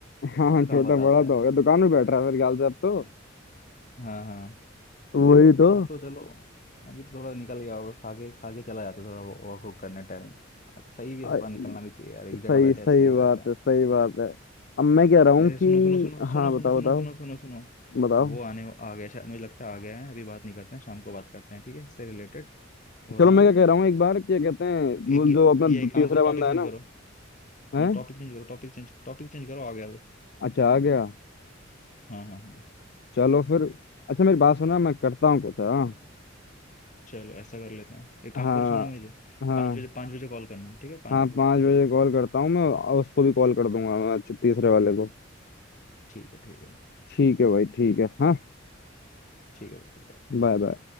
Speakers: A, on the left; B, on the left.
A: अब
B: हाँ हाँ
A: अब
B: छोटा
A: कहाँ बताता
B: बड़ा तो
A: है
B: हो गया दुकान में बैठ रहा है मेरे ख्याल से अब तो
A: हाँ हाँ
B: वही तो
A: अब तो चलो अभी तो थोड़ा निकल गया होगा खा के खा के चला जाता है थोड़ा वॉक वॉक करने टाइम सही भी है
B: आ,
A: थोड़ा निकलना भी चाहिए यार एक
B: सही
A: जगह बैठे
B: सही
A: ऐसा नहीं
B: बात
A: रहता है
B: है सही बात है अब मैं कह रहा हूँ
A: अरे सुनो
B: कि
A: सुनो सुनो सुनो
B: हाँ बताओ
A: सुनो सुनो
B: बताओ
A: सुनो सुनो सुनो
B: बताओ
A: वो आने आ गया शायद मुझे लगता है आ गया है अभी बात नहीं करते हैं शाम को बात करते हैं ठीक है इससे रिलेटेड वरना
B: चलो मैं क्या कह रहा हूँ एक बार क्या कहते हैं
A: एक
B: वो
A: ये
B: जो अपना
A: ये
B: दू-
A: एक काम
B: तीसरा
A: करो
B: बंदा
A: टॉपिक चेंज
B: है ना
A: करो
B: है
A: टॉपिक चेंज करो टॉपिक चेंज टॉपिक चेंज करो आ गया वो
B: अच्छा आ गया
A: हाँ हाँ
B: चलो फिर अच्छा मेरी बात सुना मैं करता हूँ
A: हाँ
B: कुछ हाँ
A: चलो ऐसा कर लेते हैं एक काम
B: हाँ
A: करो सुनो मुझे
B: हाँ
A: पाँच बजे पाँच बजे कॉल करना ठीक है पाँच
B: हाँ
A: बजे
B: पाँच बजे
A: चलो
B: कॉल करता हूँ मैं और उसको भी कॉल कर दूंगा मैं, अच्छा, तीसरे वाले को
A: ठीक है ठीक है
B: ठीक है भाई ठीक है हाँ
A: ठीक है भाई चलो
B: Bye bye